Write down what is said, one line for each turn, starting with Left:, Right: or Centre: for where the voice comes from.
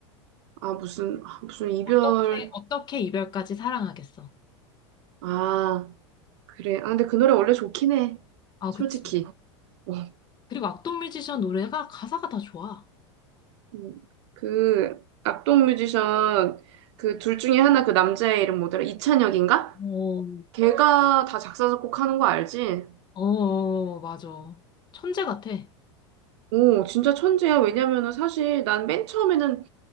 Right: 아, 무슨, 아, 무슨 이별.
Left: 어떻게, 어떻게 이별까지 사랑하겠어.
Right: 아, 그래. 아, 근데 그 노래 원래 좋긴 해.
Left: 아,
Right: 솔직히.
Left: 그치.
Right: 어.
Left: 그리고 악동뮤지션 노래가 가사가 다 좋아.
Right: 음, 그, 악동 뮤지션, 그 둘 중에 하나 그 남자의 이름 뭐더라? 이찬혁인가?
Left: 어.
Right: 걔가 다 작사, 작곡하는 거 알지?
Left: 어, 어, 맞아. 천재 같아.
Right: 오, 진짜 천재야. 왜냐면은 사실 난 맨 처음에는